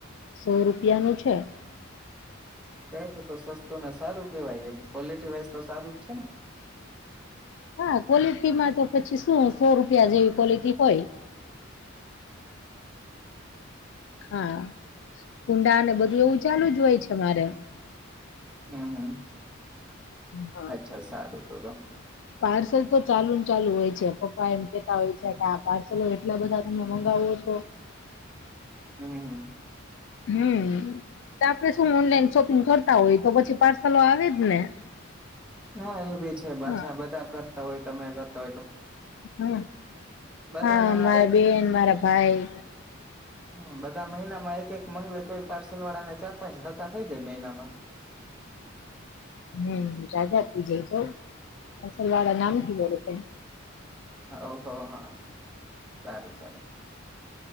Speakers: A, on the left; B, in the centre.
A: સો રૂપિયા નું છે
B: ક તો તો સસ્તું ને સારું કેવાયને ક્વોલિટી વાઈઝ તો સારું જ છે ને
A: હા ક્વોલિટીમાં તો પછી શું સો રૂપિયા જેવી ક્વલિટી હોય હા કુંડા ને બધું એવું ચાલુ જ હોય છે મારે
B: હમ હમ
A: હા,
B: અચ્છા સારું ા
A: પાર્સલ તો ચાલુ ને ચાલુ હોય પપ્પા એમ કેતા હોય છે કે આ પાર્સલો એટલા બધા તમે મંગાવો તો
B: હમ
A: હમ તો આપડે શું ઓનલાઈન શોપિંગ કરતા હોય તો પછી પાર્સલો આવે જ ને
B: હા એ ભી છે પાછા
A: હા
B: બધા કરતા હોય મેા તો
A: હા
B: બધાના
A: હા મારા
B: એક
A: બેન મારા ભાઈ
B: હ બધા મહિના માં એક એક મગવે તો પાર્સલ વાળાને ચાર પજ તા થઈ જાય મહિનામાં
A: ના રાજા આપ જઈ છે સલવાળ નામકીી બ <inaudible>
B: હહ હા સારું સારું